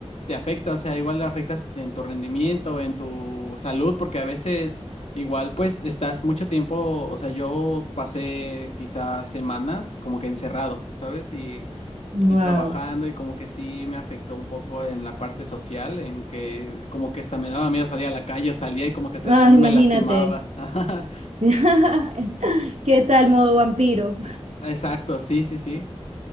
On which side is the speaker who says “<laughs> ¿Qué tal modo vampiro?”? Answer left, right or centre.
Right